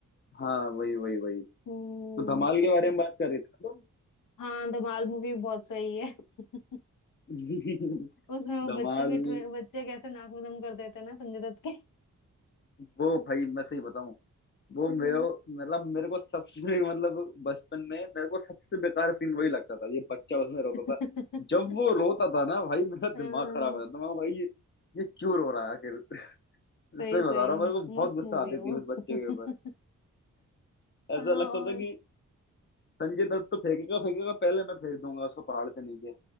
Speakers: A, on the left (about 35°); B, on the left (about 85°).
A: हाँ वही वही वही
B: हम्म
A: तो धमाल के
B: अच्छा
A: बारे में बात कर रही थी ना
B: हाँ धमाल मूवी बहुत सही है <laughs>
A: तुम <laughs>
B: उसमें वो
A: धमाल
B: बच्चों के ट्रे- बच्चे कैसे नाक में दम कर देते हैं ना संजय दत्त के
A: वो भाई मैं सही बताऊं वो
B: हम्म।
A: मेरे मतलब मेरे को सबसे <laughs> मतलब बचपन में मेरे को सबसे बेकार सीन वही लगता था ये बच्चा उसमें रोता
B: <laughs>
A: था जब वो रोता था ना भाई मेरा
B: हाँ,
A: दिमाग खराब हो जाता था मैं भाई ये ये क्यों रो रहा है आखिर <laughs>
B: सही
A: सही बता
B: सही
A: रहा हूँ मेरे को बहुत
B: मस्त
A: गुस्सा
B: मूवी
A: आती
B: है वो
A: थी उस बच्चे
B: <laughs>
A: के ऊपर
B: हाँ,
A: ऐसा लगता था
B: और
A: कि संजय दत्त तो फेंकेगा फेंकेगा पहले मैं फेंक दूंगा उसको पहाड़ से नीचे